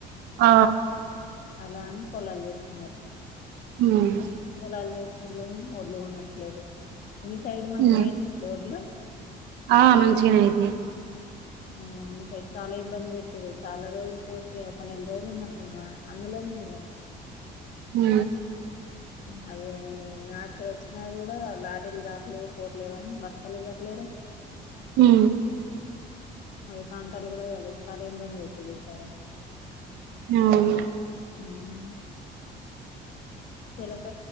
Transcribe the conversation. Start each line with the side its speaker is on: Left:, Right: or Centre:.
Right: ఆ
Left: అలా అని పొలాలు చేస్తున్నారు
Right: మ్
Left: పొలాలు చేసినళ్ళు ఒడ్లు కొనట్లేదు మి సైడ్ మంచిగా
Right: ఉమ్
Left: పోయిన ఒడ్లు
Right: ఆ మంచిగానే అయిపొయినయ్
Left: అమ్మ మి సైడ్ చాలా ఇబ్బంది పెట్టిర్రు చాలా రోజులు పోతే ఒ పన్నెండ్రోజులు ఉన్నట్టుంది వాన అందులో నె
Right: మ్
Left: మ్ రాత్రి వచ్చినా కూడా లారీలు దాట్లేవు పోట్లేవని బస్సలు ఇవ్వట్లేరు
Right: మ్
Left: అ కాంటాలు కూడా కాలం బంద పెట్టది సార్
Right: అ
Left: మ్ చిలక